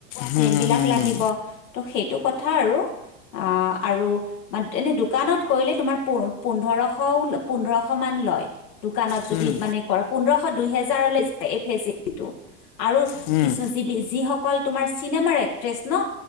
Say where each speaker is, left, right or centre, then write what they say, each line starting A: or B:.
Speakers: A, on the left (about 30°); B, on the left (about 85°).
A: হুম
B: ক্ৰীম বিলাক
A: হুম
B: লাগিব ত' সেইটো। কথা আৰু আ আৰু মা এনেই দোকানত কৰিলে তোমাৰ। পোন্ধৰ পোন্ধৰশান লয় দোকানত
A: হুম
B: যদি মানে পোন্ধৰ। খ দুহেজাৰলে যায় এই ফেচেলটো আৰু
A: হুম
B: যিবি যিসকল তোমাৰ ছি। তিনেমাৰ এক্ট্ৰেছ ন।